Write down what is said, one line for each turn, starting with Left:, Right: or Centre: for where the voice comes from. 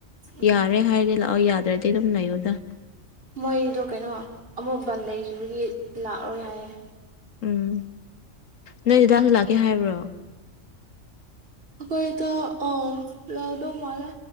Right: ꯎꯝ
Left: ꯌꯥꯔꯦ ꯍꯥꯏꯔꯗꯤ ꯂꯥꯛꯑꯣ ꯌꯥꯗ꯭ꯔꯗꯤ ꯗꯤ ꯑꯗꯨꯝ ꯂꯩꯌꯣꯗ
Right: ꯃꯣꯏꯗꯣ ꯀꯩꯅꯣ ꯑꯃꯨꯛ ꯕꯟ ꯂꯩꯈꯤꯕꯒꯤ ꯂꯥꯛꯔꯣꯏ ꯍꯥꯏꯌꯦ
Left: ꯎꯝ ꯅꯣꯏ ꯗꯗꯥꯁꯨ ꯂꯥꯛꯀꯦ ꯍꯥꯏꯕ꯭ꯔꯣ
Right: ꯑꯩꯈꯣꯏ ꯗꯥ ꯑꯥ ꯂꯛꯗꯧ ꯃꯥꯜꯂꯦ